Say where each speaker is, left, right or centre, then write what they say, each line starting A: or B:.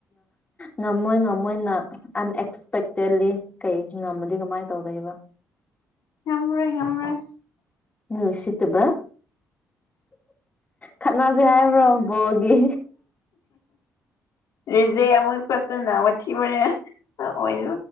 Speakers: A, on the left; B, on the left.
A: ꯉꯝꯃꯣꯏ ꯉꯝꯃꯣꯏꯅ ꯑꯟꯑꯛꯁꯄꯦꯛꯇꯦꯠꯂꯤ ꯀꯩ ꯉꯝꯃꯗꯤ ꯀꯃꯥꯏꯅ ꯇꯧ ꯑꯣꯗꯩꯕ
B: ꯍꯔꯣꯏ ꯍꯔꯣꯏ
A: ꯎꯆꯁꯤꯕ ꯈꯠꯅꯥꯁꯦ ꯍꯥꯏꯕ꯭ꯔꯣꯕꯣꯒꯤ
B: ꯔꯤꯖꯦ ꯑꯃꯨꯛ ꯆꯠꯇꯅ ꯃꯊꯤꯕꯣꯔꯦ ꯑꯣꯏ